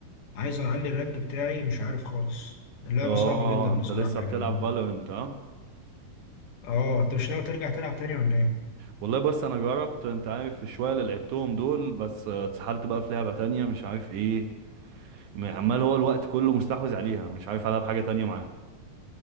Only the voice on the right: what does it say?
اه
انت
لسه بتلعب
فالورنت اه
والله بس انا جربت انت عارف الشويه اللي لعبتهم دول بس آه، اتسحلت بقى في لعبه تانية مش عارف ايه م- عمال هو الوقت كله مستحوذ عليها مش عارف العب حاجه تانية معاها